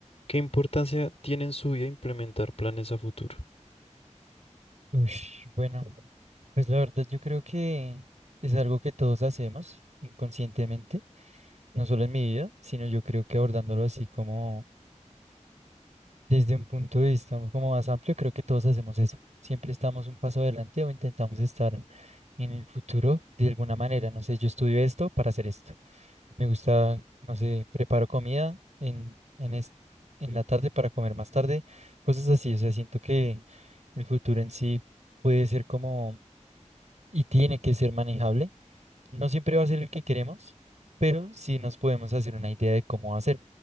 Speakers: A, on the left; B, on the right.
A: ¿Qué importancia tiene en su vida implementar planes a futuro?
B: Ush, bueno, pues la verdad yo creo que es algo que todos hacemos inconscientemente, no solo en mi vida, sino yo creo que abordándolo así como desde un punto de vista como más amplio, creo que todos hacemos eso. Siempre estamos un paso adelante o intentamos estar en el futuro de alguna manera. No sé, yo estudio esto para hacer esto. Me gusta, no sé, preparo comida en, en, es- en la tarde para comer más tarde, cosas así. O sea, siento que el futuro en sí puede ser como... y tiene que ser manejable. No siempre va a ser el que queremos, pero sí nos podemos hacer una idea de cómo va a ser.